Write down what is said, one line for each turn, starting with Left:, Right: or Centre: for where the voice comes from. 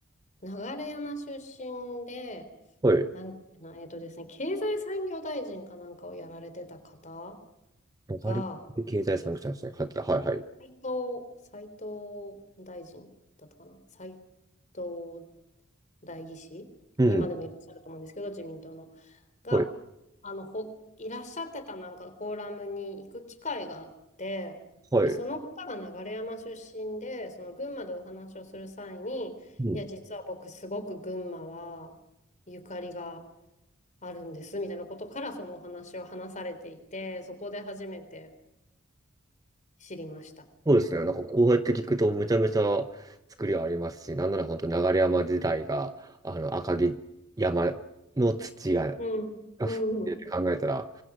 Left: 流山出身で、
Right: はい。
Left: なんだっけな、えっとですね、経済産業大臣かなんかをやられてた方
Right: わかり経済産業者ですね。
Left: が、
Right: 入ってた。はいはい。
Left: 斉藤、斉藤大臣だったかな、斉藤代議士、
Right: うん。
Left: 今でもいらっしゃると思うんですけど、自民党の。が、
Right: はい。
Left: あの、ほ、いらっしゃってたなんかフォーラムに行く機会があって、
Right: はい。
Left: で、その方が流山出身で、その群馬でお話をする際に、
Right: うん。
Left: いや、実は僕すごく群馬はゆかりがあるんです、みたいなことからそのお話を話されていて、そこで初めて知りました。
Right: そうですね。なんかこうやって聞くとめちゃめちゃ作りはありますし、なんなら本当流山自体が、あの、赤城山の土が、
Left: うん。
Right: が含んでるって考えたら、
Left: うん。